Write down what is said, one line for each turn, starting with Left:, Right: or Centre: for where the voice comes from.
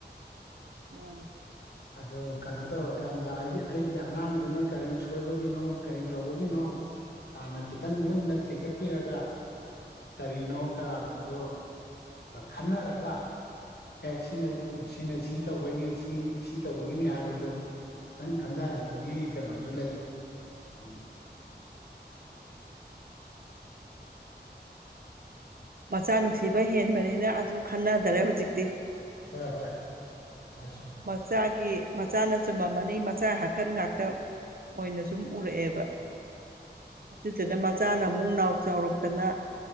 Right: ꯃꯥꯅꯦ
Left: ꯑꯗꯣ ꯀꯩꯅꯣ ꯇꯧꯔꯀꯥꯟꯗ ꯑꯩꯒꯤ ꯑꯩꯒꯤ ꯑꯉꯥꯡꯗꯨꯅ ꯀꯔꯤ ꯁꯣꯏꯕꯒꯤꯅꯣ ꯀꯔꯤ ꯇꯧꯕꯒꯤꯅꯣ ꯍꯥꯟꯅ ꯈꯤꯇꯪ ꯃꯨꯟꯅ ꯊꯤꯀꯠꯄꯤꯔꯒ ꯀꯔꯤꯅꯣ ꯀꯔꯥꯅꯣꯗꯣ ꯈꯟꯅꯔꯒ ꯑꯦ ꯁꯤꯅ ꯁꯤꯅ ꯁꯤ ꯇꯧꯕꯅꯤ ꯁꯤ ꯁꯤ ꯇꯧꯕꯒꯤꯅꯤ ꯍꯥꯏꯕꯗꯨ ꯈꯤꯇꯪ ꯈꯟꯊꯍꯟꯅꯤꯡꯕꯒꯤ ꯀꯩꯅꯣꯁꯨ ꯂꯩ ꯎꯝ
Right: ꯃꯆꯥ ꯅꯨꯡꯁꯤꯕ ꯍꯦꯟꯕꯅꯤꯅ ꯑꯗꯨ ꯈꯟꯅꯗꯔꯦ ꯍꯧꯖꯤꯛꯇꯤ
Left: ꯍꯣꯏ ꯍꯣꯏ ꯑ
Right: ꯃꯆꯥꯒꯤ ꯃꯆꯥꯅ ꯆꯨꯝꯃꯝꯃꯅꯤ ꯃꯆꯥ ꯍꯥꯈꯟ ꯉꯥꯛꯇ ꯑꯣꯏꯅꯁꯨ ꯑꯗꯨꯨꯝ ꯎꯔꯛꯑꯦꯕ ꯑꯗꯨꯗꯨꯅ ꯃꯆꯥꯅ ꯑꯃꯨꯛ ꯅꯥꯎ ꯆꯥꯎꯔꯛꯇꯅ